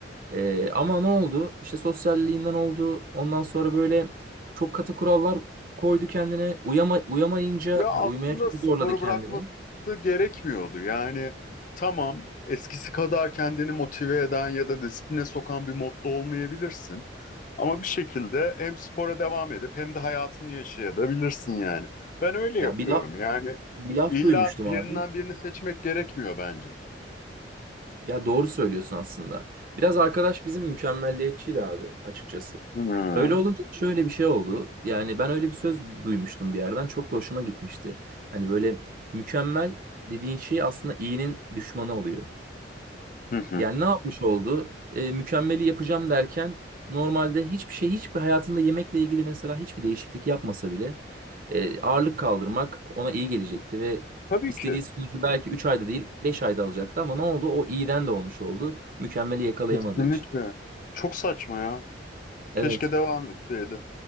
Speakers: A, on the right; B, on the left.
A: E, ama ne oldu? İşte sosyalliğinden oldu. Ondan sonra böyle çok katı kurallar koydu kendine. Uyama, uyamayınca
B: Ya aslında
A: hani uyumaya çok
B: sporu
A: zorladı kendini.
B: bırakması gerekmiyordu. Yani tamam eskisi kadar kendini motive eden ya da disipline sokan bir modda olmayabilirsin. Ama bir şekilde hem spora devam edip hem de hayatını yaşayabilirsin yani. Ben öyle yapıyorum.
A: Ya bir laf,
B: Yani
A: bir laf
B: illa
A: duymuştum
B: birinden
A: abi.
B: birini seçmek gerekmiyor bence.
A: Ya doğru söylüyorsun aslında. Biraz arkadaş bizim mükemmelliyetçiydi abi açıkçası.
B: Hmm.
A: Öyle olunca şöyle bir şey oldu. Yani ben öyle bir söz duymuştum bir yerden. Çok da hoşuma gitmişti. Hani böyle mükemmel dediğin şey aslında iyinin düşmanı oluyor.
B: Hı hı.
A: Yani ne yapmış oldu? E, mükemmeli yapacağım derken normalde hiçbir şey, hiçbir hayatında yemekle ilgili mesela hiçbir değişiklik yapmasa bile e, ağırlık kaldırmak ona iyi gelecekti ve
B: Tabii
A: istediği
B: ki.
A: sonucu belki 3 ayda değil 5 ayda alacaktı ama ne oldu? O iyiden de olmuş oldu. Mükemmeli yakalayamadığı
B: Kesinlikle.
A: için.
B: Çok saçma ya.
A: Evet.
B: Keşke devam etseydi.